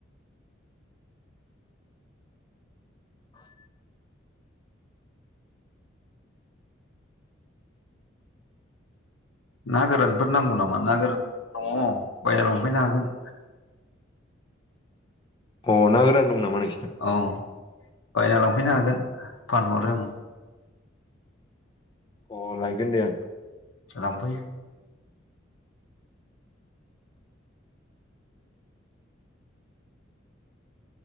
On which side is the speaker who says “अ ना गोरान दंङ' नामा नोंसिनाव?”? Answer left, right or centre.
Left